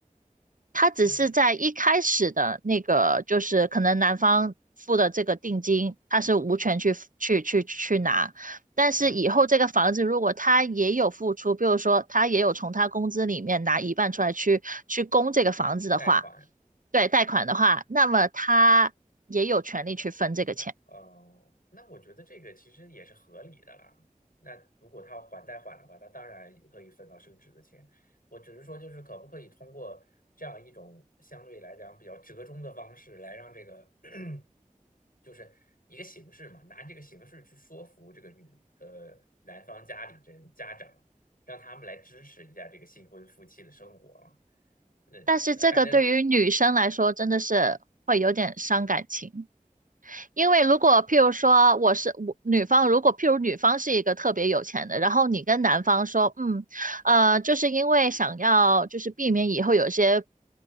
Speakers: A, on the right; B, on the left.
A: 他只是在一开始的那个，
B: 嗯
A: 就是可能男方付的这个定金，他是无权去去去去拿。但是以后这个房子如果他也有付出，
B: 嗯，
A: 比如说他也有从他工资里面拿一半出来去去供这个房子的话，
B: 贷款？
A: 对，贷款的话，那么他也有权利去分这个钱。
B: 哦，那我觉得这个其实也是合理的啦。那如果他要还贷款的话，那当然也可以分到升值的钱。我只是说，就是可不可以通过这样一种相对来讲比较折中的方式，来让这个 <coughs> <clears throat> 就是一个形式嘛，拿这个形式去说服这个女呃男方家里人家长，让他们来支持一下这个新婚夫妻的生活啊那那反正，
A: 但是这个对于女生来说真的是会有点伤感情。因为如果譬如说我是我女方，如果譬如女方是一个特别有钱的，然后你跟男方说，嗯，呃，就是因为想要就是避免以后有些